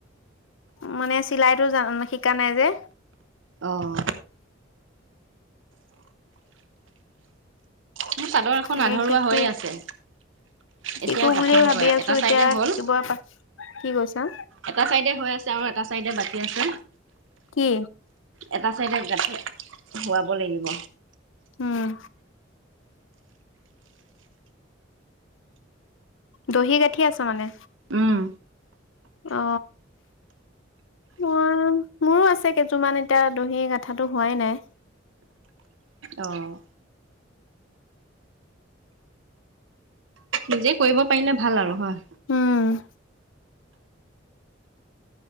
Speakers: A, on the left; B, on the right.
A: মানে চিলাইতো জান শিকা নাই যে
B: অ', মোৰ চাদৰ এখন
A: তাকে
B: আধৰুৱা
A: শিকো
B: হৈয়ে আছে
A: শিকো
B: এতিয়া গাঁঠিম
A: বুলি ভাবি
B: গৈ
A: আছো
B: এটা
A: এতিয়া
B: চাইডে হ'ল
A: শিকিবই প কি কৈছা <unintelligible>
B: এটা চাইডে হৈ আছে আৰু এটা চাইডে বাকী আছে।
A: কি
B: এটা ছাইডে গাঠ ধুৱাব লাগিব
A: উম দহি গাঁঠি আছ মানে
B: উম
A: অ মই মোৰো আছে কেইযোৰমান এতিয়া দহি গাঠটো হোৱাই নাই।
B: অ', নিজে কৰিব পাৰিলে ভাল আৰু হয়।
A: উম